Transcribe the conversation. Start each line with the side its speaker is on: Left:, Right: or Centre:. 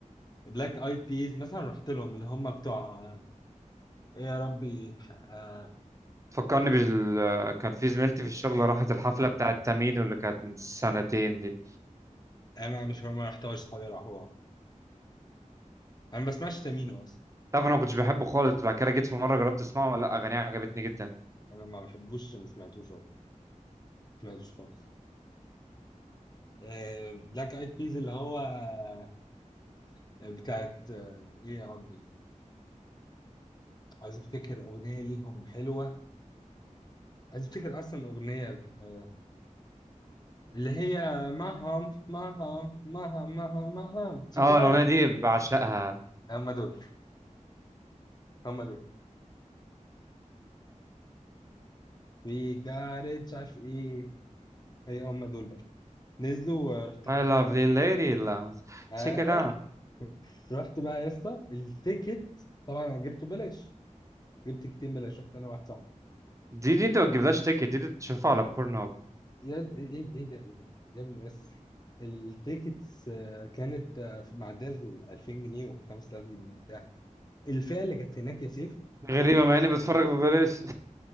Left: بلاك ايد بيز مثلا رحت لهم اللي هم بتوع ايه يا ربي آه،
Right: فكرني بال كان في زميلتي في الشغل
Left: إيه
Right: راحت الحفلة بتاعت تامينو اللي كانت من سنتين دي
Left: انا مش ما رحتهاش صحابي راحوها انا ما بسمعش تامينو اصلا
Right: تعرف انا ما كنتش بحبه خالص بعد كده جيت في مرة جربت اسمعه لا اغانيه عجبتني جدا
Left: انا ما بحبوش عشان ما سمعتوش أصلاً. ما سمعتوش خالص آه بلاك ايد بيز اللي هو آه، بتاعت آه، ايه يا ربي عايز افتكر اغنيه ليهم حلوه عايز افتكر اصلا اغنيه آه، اللي هي مهم مهم مهم مهم مهم تشيك
Right: اه
Left: ات
Right: الاغنية دي بعشقها
Left: هم دول هم دول وي جات ات مش عارف ايه هي هم دول بقى نزلوا ورحت
Right: My
Left: الحفله
Right: lovely
Left: بتاعتهم
Right: lady لا
Left: اه
Right: check it out
Left: <laughs> رحت بقى يا اسطى التيكت طبعا انا جبته بلاش جبت تيكتين بلاش رحت انا واحد صاحبي
Right: دي دي انت ما تجيبلهاش تيكت دي, دي تشوفها على بورن هاب
Left: يا د- ايه ايه إيه ده ايه ده يا ابني بس التيكتس آه، كانت آه، في- معديه ال 2000 جنيه و 5000 جنيه وبتاع الفئه اللي كانت هناك يا سيف
Right: غريبة مع اني بتفرج ببلاش